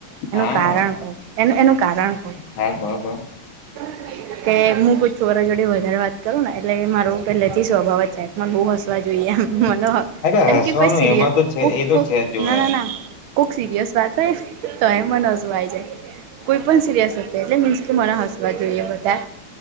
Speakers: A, on the right; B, on the left.
A: એનું
B: હા
A: કારણ કંવ એનું-એનું કારણ કંવ
B: હા કહો કહો
A: <unintelligible> કે હું કોઈ છોકરો જોડે વધારે વાત કરું ને એટલે મારો પહેલેથી સ્વભાવ જ છે મન બો હસવા જોઈએ એમ મનોહ
B: અરે
A: એમ
B: હસવાનું
A: ક કોઈ સિરયલ
B: એમાં તો છે
A: કુક-કુક
B: એ તો છે જ જો
A: ના-ના-ના
B: યાર
A: કોક સિરિયસ વાત, <unintelligible> તો એમ મન હસું આય જાય કોઈ પણ સિરિયસ એટલે મીન્સ કે મન હસવા જોઈએ બધા.